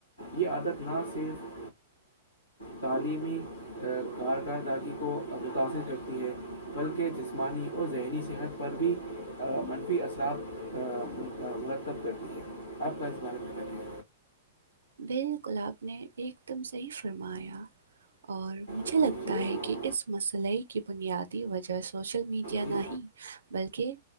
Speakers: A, on the left; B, on the right.
A: یہ عادت نہ صرف تعلیمی کارک کردگی کو متاثر کرتی ہے بلکہ جسمانی اور ذہنی صحت پر بھی منفی اثرات مرتب کرتی ہے اب کا اس بارے میں کرنے
B: بالکل آپ نے ایک دم صحیح فرمایا اور مجھے
A: جی
B: لگتا
A: جی
B: ہے کہ اس مسئلے کی بنیادی وجہ سوشل میڈیا
A: جی
B: نہیں بلکہ